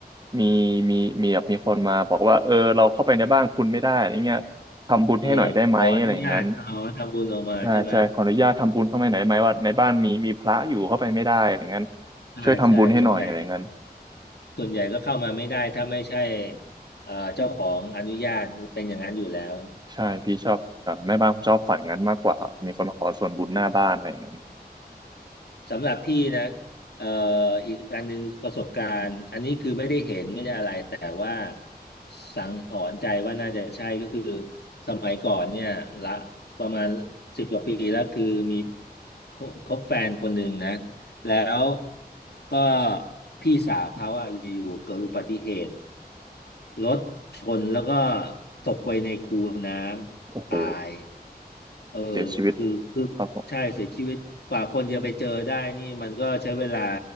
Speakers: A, on the right (about 25°); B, on the left (about 90°).
A: มีมีมีแบบมีคนมาบอกว่าเออเราเข้าไปในบ้านคุณไม่ได้อะไรเงี้ยทำบุญให้หน่อยได้ไหมอะไรอย่างนั้น
B: เออขออนุญาตเอาทำบุญออกมาใช่ไหม
A: ใช่ใช่ขออนุญาตทำบุญเข้าไปหน่อยได้ไหมว่าในบ้านมีมีพระอยู่เข้าไปไม่ได้อะไรอย่างนั้น
B: ใช่ใช่ส่วนใหญ่
A: ช่วยทำบุญให้หน่อยอะไรอย่างนั้น
B: ส่วนใหญ่ก็เข้ามาไม่ได้ถ้าไม่ใช่เอ่อเจ้าของอนุญาตเป็นอย่างนั้นอยู่แล้ว
A: ใช่พี่ชอบแบบแม่บ้านผมชอบฝันงั้นมากกว่ามีคนมาขอส่วนบุญหน้าบ้านอะไรอย่างนั้น
B: สำหรับพี่นะเอ่ออีกอันหนึ่งประสบการณ์อันนี้คือไม่ได้เห็นไม่ได้อะไรแต่ว่าสังหรณ์ใจว่าน่าจะใช่ก็คือสมัยก่อนเนี่ยละประมาณสิบกว่าปีแล้วคือมีคคบแฟนคนหนึ่งนะแล้วก็พี่สาวเขาอะอยู่ๆเกิดอุบัติเหตุ รถชนแล้วก็ตกไปในคูน้ำตาย
A: โอ้โห
B: เออ้หคือคือใช่เสียชีวิตกว่าคนจะไปเจอได้นี่มันก็ใช้เวลา
A: เสียชีวิตครับผม